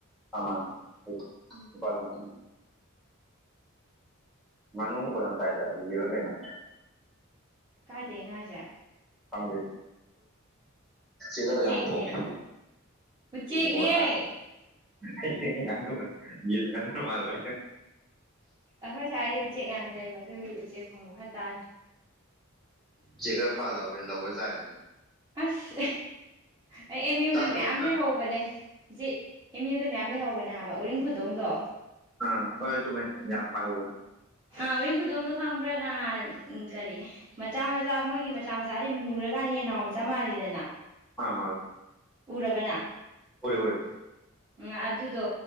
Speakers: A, in the centre; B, on the right.
A: ꯑꯥ ꯃꯥꯅꯦ
B: ꯎꯝ
A: ꯅꯨꯄꯥꯗꯨꯅ ꯉꯥꯅꯨ ꯃꯈꯣꯟ ꯌꯥꯝ ꯇꯥꯏꯗ ꯌꯦꯟꯔ ꯀꯩꯅ
B: ꯀꯥꯗꯩꯅꯣ ꯍꯥꯏꯖꯦ
A: ꯈꯪꯗꯦ <inaudible>
B: ꯎꯆꯦꯛꯅꯦ
A: ꯌꯥꯝ ꯈꯣꯡꯉꯦ
B: ꯎꯆꯦꯛꯅꯦ
A: ꯇꯨ ꯍꯤꯡꯒꯣꯟꯗ
B: ꯑꯩꯈꯣꯏ
A: ꯑꯩꯗꯤ ꯉꯥꯅꯨ ꯌꯦꯟ ꯉꯥꯅꯨꯒ ꯃꯥꯜꯂꯨꯔꯦ
B: ꯑꯩꯈꯣꯏ ꯁ꯭ꯋꯥꯏ ꯎꯆꯦꯛ ꯌꯥꯝ ꯂꯩꯕ ꯑꯗꯨꯒꯤ ꯎꯆꯦꯛ ꯈꯣꯡꯕ ꯈꯔ ꯇꯥꯅꯤ
A: ꯎꯆꯦꯛ ꯈꯔ ꯐꯥꯔ <inaudible> ꯂꯧꯔ ꯆꯥꯏꯅꯦ
B: ꯑꯁ ꯑꯩ ꯑꯦꯝ ꯌꯨꯗ
A: ꯆꯥꯗ꯭ꯔꯤꯕꯣ
B: ꯃꯌꯥꯝ
A: ꯑꯗꯨꯅ
B: ꯂꯩꯍꯧꯕꯅꯦ ꯍꯧꯖꯤꯛ ꯑꯦꯝ ꯌꯨꯗ ꯃꯌꯥꯝ ꯂꯩꯍꯧꯕꯅꯦ ꯍꯥꯏꯕ ꯎꯔꯤꯡ ꯈꯨꯗꯣꯡꯗꯣ
A: ꯑꯥ ꯍꯣꯏ ꯆꯨꯝꯃꯦ ꯌꯥꯝ ꯄꯥꯏꯍꯧꯕꯅꯦ
B: ꯑꯥ ꯎꯔꯤꯡ ꯈꯨꯗꯣꯡꯗꯣ ꯈꯪꯕ꯭ꯔꯥ ꯅꯍꯥꯟ ꯀꯔꯤ ꯃꯆꯥ ꯃꯆꯥ ꯃꯣꯏꯒꯤ ꯃꯆꯥ ꯃꯆꯥꯗꯤ ꯃꯨꯔꯀꯥꯟꯗ ꯌꯦꯟꯅꯥꯎ ꯃꯆꯥ ꯃꯥꯜꯂꯤꯗꯅ
A: ꯑ ꯃꯥꯜꯂꯦ
B: ꯎꯔꯕ ꯅꯪ
A: ꯎꯔꯦ ꯎꯔꯦ
B: ꯎꯝ ꯑꯗꯨꯗꯣ